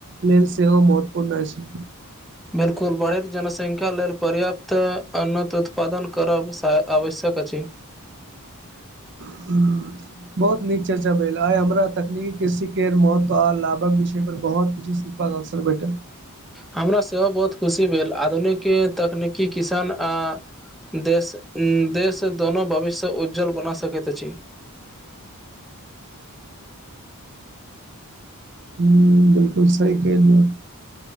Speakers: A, on the right (about 55°); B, in the centre.
A: लेल सेहो महत्वपूर्ण अछि।
B: बिल्कुल बढ़ैत जनसंख्या लेल पर्याप्त अन्नत उत्पादन करब स आवश्यक अछि।
A: <unintelligible> बहुत नीक चर्चा भेल आय हमरा तकनीक कृषि केर महत्व आ लाभक विषय पर बहुत किछु सिक बाक अबसर भेटल।
B: हमरा सेहो बहुत खुशी भेल, आधुनिकेँ तकनीकी किसान आ देश देश दोनो भविष्य उज्ज्वल बना सकैत अछि।
A: हु बिल्कुल सही कहैलिए